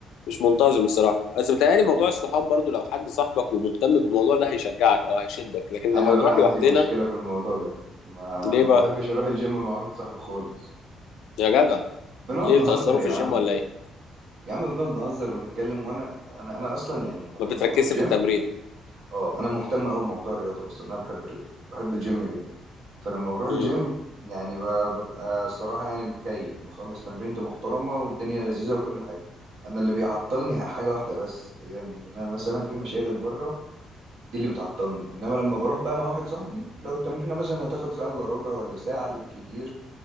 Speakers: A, on the left; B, on the right.
A: مش منتظم الصراحه بس متهيألي موضوع الصحاب برضو لو حد صاحبك ومهتم بالموضوع ده هيشجعك او هيشدك لكن
B: انا
A: لما بنروح
B: بقى
A: لوحدنا
B: عندي مشكله في الموضوع ده ما
A: ليه
B: ما
A: بقى
B: بحبش اروح الجيم مع واحد صاحبي خالص
A: يا جدع
B: بنقعد
A: ليه
B: نهزر
A: بتهزروا
B: يا
A: في الجيم
B: عم
A: ولا ايه
B: يا عم بنقعد نهزر ونتكلم وانا انا انا اصلا يعني انا
A: ما بتركزش
B: لما بروح الجيم
A: في التمرين
B: اه انا مهتم قوي بموضوع الرياضه اصلا انا بحب الرياضه بحب الجيم جدا فلما بروح الجيم
A: امم
B: يعني ب- ببقى الصراحه يعني متكيف مخلص تمرينتي محترمه والدنيا لذيذه وكل حاجه انا اللي بيعطلني حاجه واحده بس هي ان انا مثلا في مشاغل بره دي اللي بتعطلني انما لما بروح بقى مع واحد صاحبي لو التمرينه مثلا هتاخد ساعه الا ربع ولا ساعه بالكتير